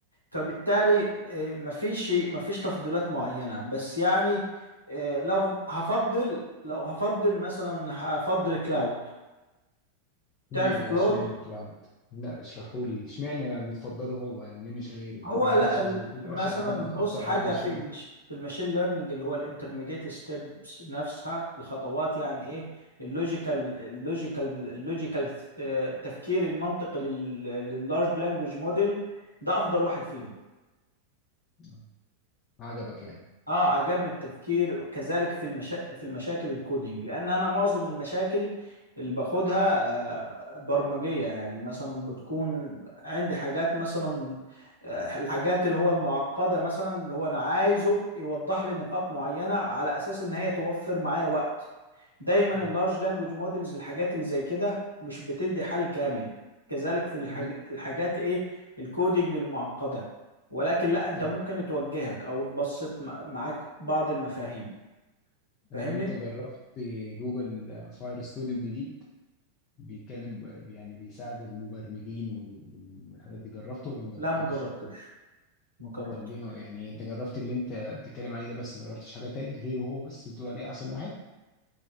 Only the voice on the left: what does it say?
ليه
بقى
اشمعنى كلاود لا اشرحوا لي اشمعنى بتفضله هو يعني ليه مش غيره
مع
ان شات
جي بي تي
اشهر حاجة م-
اكتر
حاجة مشهورة
آه، عجبك يعني
آه.
طب
طب
طب
انت جربت جوجل فاير ستوديو جديد بيتكلم ب- يعني بيساعد المبرمجين وال- وال- والحاجات دي جربته ولا ما جربتوش؟
طب ليه ما يعني انت جربت اللي انت بتتكلم عليه ده بس ما جربتش حاجة تاني غيره هو بس بتقول عليه احسن واحد؟